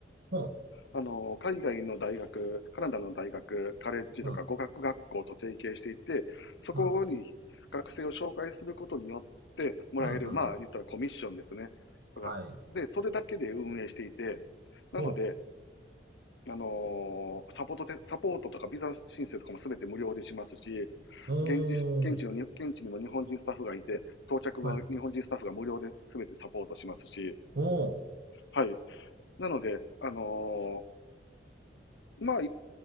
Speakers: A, on the right (about 60°); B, on the left (about 75°).
A: ほ
B: あのー海外の大学、カナダの大学、カレッジとか語学学校と提携していて、
A: う、うん、
B: そこに学生を紹介することによってもらえる、
A: うん、うん、うん、
B: まあ、
A: うん、
B: 言ったらコミッションですね。とか、
A: はい。
B: で、それだけで運営していて、なので、
A: お
B: あのーサポートて、サポートとかビザ申請とかもすべて無料でしますし、
A: お、おお、
B: 現地、現地のに、現地にも日本人スタッフがいて、到着後は日本人スタッフが無料ですべてサポートしますし、
A: はい、はい。おお、
B: はい。なので、あのーまあ、